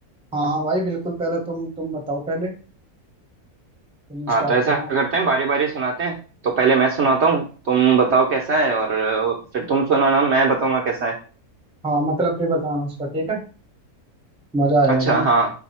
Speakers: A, in the centre; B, on the right (about 60°).
A: हाँ हाँ भाई बिल्कुल पहले तुम तुम बताओ पहले तुम
B: हाँ
A: स्टार्ट
B: तो ऐसा
A: करो
B: करते हैं बारी बारी सुनाते हैं तो पहले मैं सुनाता हूँ तुम बताओ कैसा है और अ, फिर तुम सुनाना मैं बताऊंगा कैसा है
A: हाँ मतलब भी बताना उसका ठीक है मजा आएगा
B: अच्छा
A: भाई
B: हाँ